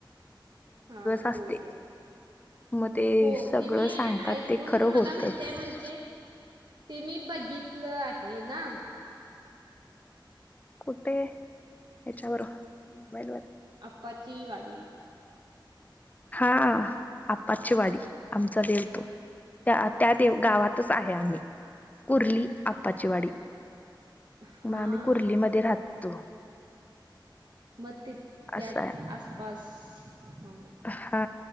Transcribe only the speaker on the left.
असते
मग
सगळं
सांगतात
ते खरं
होतच
कुठे हेच्यावर मोबईलवर
हा आप्पाची वाडी आमचा देव तो त्या त्या देव
गावात आहे आम्ही कुर्ली आप्पाची वाडी
मग आम्ही कुर्लीमध्ये
राहतो.
असं आहे
हा